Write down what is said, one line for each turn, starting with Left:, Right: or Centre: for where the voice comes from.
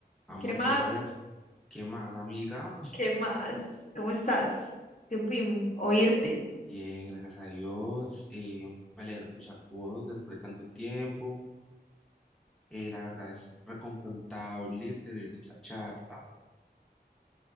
Centre: Amor,
Left: ¿Qué más?
Centre: ¿tú sabías qué más, amiga?
Left: ¿Qué más? ¿Cómo estás? Qué pim, oírte.
Centre: Bien, gracias a Dios. eh, me alegra escuchar tu voz después de tanto tiempo. eh, la verdad es reconfortable tener esta charla.